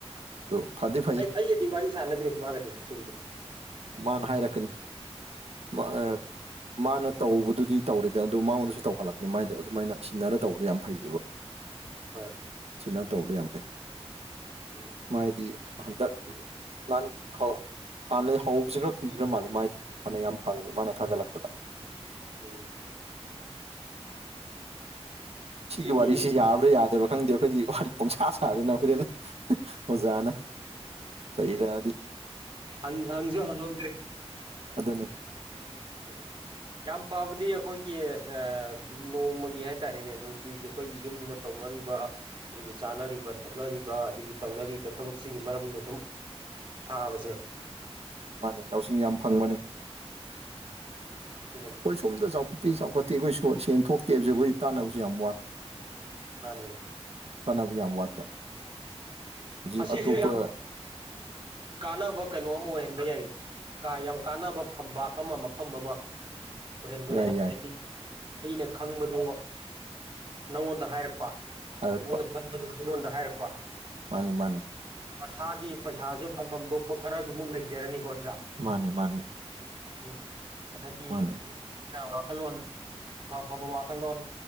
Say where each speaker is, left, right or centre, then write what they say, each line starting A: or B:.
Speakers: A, on the right; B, on the right.
A: ꯑꯗꯨ ꯐꯗꯤ ꯐꯩ
B: ꯑꯩ ꯑꯩꯒꯗꯤ ꯋꯥꯔꯤ ꯁꯥꯟꯅꯗ꯭ꯔꯤ ꯃꯥꯒꯗꯤ ꯉꯁꯤꯒꯤꯗꯤ
A: ꯃꯥꯅ ꯍꯥꯏꯔꯛꯀꯅꯤ ꯃꯥ ꯑꯥ
B: ꯎꯝ
A: ꯃꯅꯥ ꯇꯧꯕꯗꯨꯗꯤ ꯇꯧꯔꯤꯗꯅ ꯑꯗꯨ ꯃꯉꯣꯟꯗꯁꯨ ꯇꯧꯍꯜꯂꯛꯅꯤ ꯃꯥꯏꯗ ꯑꯗꯨꯃꯥꯏꯅ ꯁꯤꯟꯅꯔ ꯇꯧꯕꯗ ꯌꯥꯝ ꯐꯩꯈꯤꯕ
B: ꯍꯣꯏ
A: ꯀꯩꯅꯣ ꯇꯧꯕꯗꯣ ꯌꯥꯝ ꯐꯩ
B: ꯎꯝ
A: ꯃꯥꯥꯏꯗꯤ ꯍꯟꯗꯛ ꯅꯍꯥꯟ ꯍꯥꯟꯅ ꯍꯧꯕꯁꯤ ꯈꯔ ꯀꯨꯏꯈ꯭ꯔ ꯃꯥꯜꯂꯦ ꯃꯥꯏ ꯐꯅ ꯌꯥꯝ ꯐꯪꯉꯤ ꯃꯥꯅ ꯊꯥꯒꯠꯂꯛꯄꯗ
B: ꯎꯝ
A: ꯁꯤꯒꯤ
B: ꯁꯤꯗꯤ
A: ꯋꯥꯔꯤꯁꯤ ꯌꯥꯕ꯭ꯔ ꯌꯥꯗꯕ꯭ꯔ ꯈꯪꯗꯦ ꯑꯩꯈꯣꯏꯗꯤ ꯋꯥꯔꯤ ꯄꯨꯡꯁꯥ ꯁꯥꯗꯅ ꯑꯩꯈꯣꯏꯗꯤ ꯑꯗꯨ ꯑꯣꯖꯥꯅ ꯆꯩꯔꯛꯑꯗꯤ
B: ꯍꯪ ꯍꯪꯖꯨ ꯍꯪꯍꯧꯗ꯭ꯔꯦ
A: ꯑꯗꯨꯅꯦ
B: ꯑꯣ ꯌꯥꯝ ꯐꯕꯗꯤ ꯑꯩꯈꯣꯏꯒꯤ ꯑꯥ ꯅꯣꯡꯃꯒꯤ ꯍꯥꯏꯇꯥꯔꯦꯅꯦ ꯅꯨꯡꯇꯤꯒꯤ ꯑꯩꯈꯣꯏꯒꯤ ꯌꯨꯝꯗ ꯇꯧ ꯅꯔꯤꯕ ꯑꯗꯒꯤ ꯆꯥꯅꯔꯤꯕ ꯊꯛꯅꯔꯤꯕ ꯑꯗꯒꯤ ꯇꯧꯅꯔꯤꯕ ꯊꯕꯛꯁꯤꯒꯤ ꯃꯔꯝꯗ ꯁꯨꯝ ꯁꯥꯕꯁꯦ
A: ꯃꯥꯅꯦ ꯂꯧꯁꯤꯡ ꯌꯥꯝ ꯐꯪꯕꯅꯦ
B: ꯁꯤꯅꯕꯨꯗꯤ
A: ꯑꯩꯈꯣꯏ ꯁꯣꯝꯗ ꯆꯥꯎꯈꯠꯇꯦ ꯆꯥꯎꯈꯠꯇꯦ ꯑꯩꯈꯣꯏ ꯁꯦꯟ ꯊꯣꯛꯇꯦꯕꯁꯦ ꯑꯩꯈꯣꯏ ꯇꯥꯟꯅꯕꯁꯨ ꯌꯥꯝ ꯋꯥꯠꯄ
B: ꯃꯥꯅꯤꯅꯦ
A: ꯇꯥꯅꯕ ꯌꯥꯝ ꯋꯥꯠꯄ ꯍꯧꯖꯤꯛ
B: ꯑꯁꯤꯁꯨ
A: ꯑꯇꯣꯞꯄ
B: ꯌꯥꯝ ꯀꯥꯟꯅꯕ ꯀꯩꯅꯣ ꯑꯃ ꯑꯣꯏꯍꯟꯕ ꯌꯥꯏ ꯀ ꯌꯥꯝ ꯀꯥꯟꯅꯕ ꯐꯝꯄꯥꯛ ꯑꯃ ꯃꯐꯝ ꯑꯃ ꯑꯣꯏꯍꯟꯕ
A: ꯌꯥꯏ
B: ꯌꯥꯢ
A: ꯌꯥꯏ
B: ꯍꯥꯏꯗꯤ ꯑꯩꯅ ꯈꯪꯕꯗꯣ ꯅꯪꯉꯣꯟꯗ ꯍꯥꯏꯔꯛꯄ
A: ꯍꯥꯏꯔꯛꯄ
B: <unintelligible> ꯑꯩꯉꯣꯟꯗ ꯍꯥꯏꯔꯛꯄ
A: ꯃꯥꯅꯤ ꯃꯥꯅꯤ
B: ꯃꯁꯥꯒꯤ ꯄꯩꯁꯥꯁꯨ ꯐꯪꯐꯝ ꯊꯣꯛꯄ ꯈꯔꯁꯨꯃꯨꯛ ꯂꯩꯖꯔꯅꯤꯀꯣ
A: ꯃꯥꯅꯤ ꯃꯥꯅꯤ
B: ꯎꯝ ꯑꯗꯒꯤ
A: ꯃꯥꯅꯤ
B: ꯋꯥꯈꯜꯂꯣꯟ ꯑꯐꯐꯕ ꯋꯥꯈꯜꯂꯣꯟ